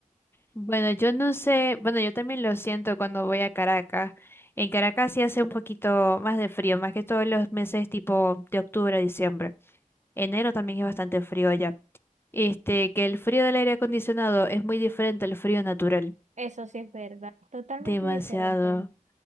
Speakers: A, on the left (about 15°); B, on the right (about 55°).
A: Bueno, yo no sé, bueno, yo también lo siento cuando voy a Caracas. En Caracas sí hace un poquito más de frío, más que todos los meses tipo de octubre a diciembre. Enero también es bastante frío allá. Este, que el frío del aire acondicionado es muy diferente al frío natural.
B: Eso sí es verdad, totalmente
A: Demasiado.
B: diferente.